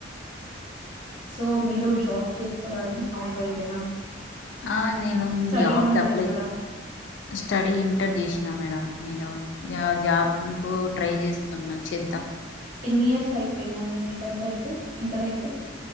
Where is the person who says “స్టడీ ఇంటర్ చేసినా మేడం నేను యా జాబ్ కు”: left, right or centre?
Left